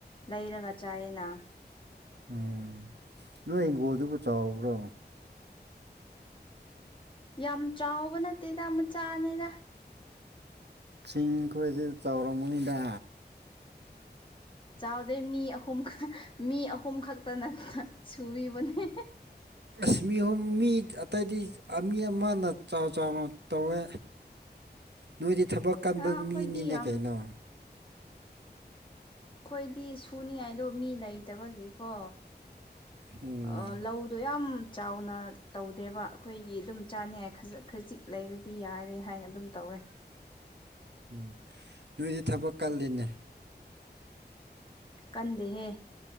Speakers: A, on the left; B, on the right.
A: ꯂꯩꯔꯒ ꯆꯥꯏꯌꯦꯅ
B: ꯎꯝ ꯅꯣꯏ ꯍꯪꯒꯣꯜꯗꯨꯕꯨ ꯆꯥꯎꯕ꯭ꯔꯣ
A: ꯌꯥꯝ ꯆꯥꯎꯕ ꯅꯠꯇꯦꯗ ꯃꯆꯥꯅꯦꯅ
B: ꯆꯤꯡꯈꯣꯏꯁꯤ ꯆꯥꯎꯔꯕꯝꯃꯅꯤꯗ
A: ꯆꯥꯎꯗꯦ ꯃꯤ ꯑꯍꯨꯝ ꯃꯤ ꯑꯍꯨꯝ ꯈꯛꯇꯅ ꯁꯨꯕꯤꯕꯅꯦ
B: ꯑꯁꯃꯤ ꯑꯍꯨꯝ ꯃꯤ ꯑꯇꯩꯗꯤ ꯃꯤ ꯑꯃꯅ ꯆꯥꯎ ꯆꯥꯎꯅ ꯇꯧꯋꯦ ꯅꯣꯏꯗꯤ ꯊꯕꯛ ꯀꯟꯕ
A: ꯑꯩꯈꯣꯏꯗꯤ
B: ꯃꯤꯅꯤꯅ
A: ꯌꯥꯝ
B: ꯀꯩꯅꯣ
A: ꯑꯩꯈꯣꯏꯗꯤ ꯁꯨꯅꯤꯉꯥꯏꯗꯣ ꯃꯤ ꯂꯩꯇꯕꯒꯤꯀꯣ
B: ꯎꯝ
A: ꯑ ꯂꯧꯗꯣ ꯌꯥꯝ ꯆꯥꯎꯅ ꯇꯧꯗꯦꯕ ꯑꯩꯈꯣꯏꯒꯤ ꯑꯗꯨꯝ ꯆꯥꯅꯩ ꯈꯖꯤꯛ ꯈꯖꯤꯛ ꯂꯩꯔꯗꯤ ꯌꯥꯔꯦ ꯍꯥꯏꯅ ꯑꯗꯨꯝ ꯇꯧꯋꯦ <unintelligible>
B: ꯎꯝ ꯅꯣꯏꯗꯤ ꯊꯕꯛ ꯀꯜꯂꯤꯅꯦ
A: ꯀꯗꯦꯍꯦ